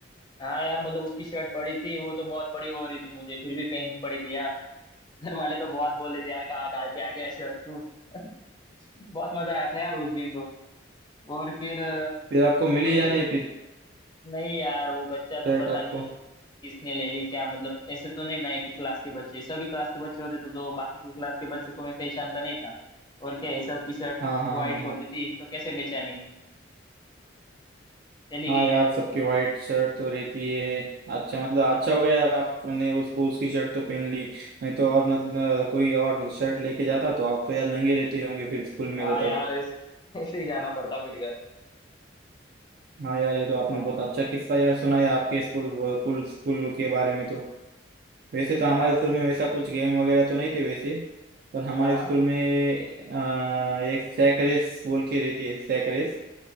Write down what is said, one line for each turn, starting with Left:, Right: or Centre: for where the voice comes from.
Left: हाँ यार मतलब उसकी शर्ट पड़ी थी वो तो बहुत बड़ी हो रही थी मुझे फिर भी पहननी पड़ी थी यार <laughs> घर वाले तो बहुत बोले थे यार कहाँ डाल के आ गया शर्ट तू <laughs> बहुत मजा आया था यार उस दिन तो और फिर अ,
Right: फिर आपको मिली
Left: दो
Right: या
Left: दिन
Right: नहीं फिर
Left: नहीं यार वो बच्चा तो
Right: शर्ट
Left: पता
Right: आपको
Left: नहीं किसने ले ली क्या मतलब ऐसे तो नहीं ना एक ही क्लास के बच्चे सभी क्लास के बच्चे होते तो, तो बाकी के क्लास के बच्चों को मैं पहचानता नहीं था और क्या है सबकी शर्ट
Right: हाँ हाँ
Left: वाइट
Right: हाँ
Left: ही
Right: हाँ
Left: होती थी तो कैसे पहचानेंगे चली
Right: हाँ
Left: गई
Right: यार
Left: यार
Right: सबकी वाइट शर्ट तो रहती है अच्छा मतलब अच्छा हो गया यार आपने उसको उसकी शर्ट तो पहन ली नहीं तो और मतलब कोई और शर्ट लेके जाता तो आप तो यार नंगे रहते होंगे फिर स्कूल में
Left: हाँ
Right: तो
Left: यार
Right: तब
Left: ऐस- ऐसे ही जाना पड़ता फिर घर
Right: हाँ यार ये तो आपने
Left: हाँ
Right: बहुत अच्छा किस्सा यार सुनाया आपके स्कूल स्कूल स्कूल के बारे में तो वैसे तो हमारे
Left: हाँ यार
Right: स्कूल में वैसा कुछ गेम वगैरह तो नहीं थे वैसे पर हमारे
Left: हाँ हाँ,
Right: स्कूल में आ, एक सैक रेस बोल के रहती है सैक रेस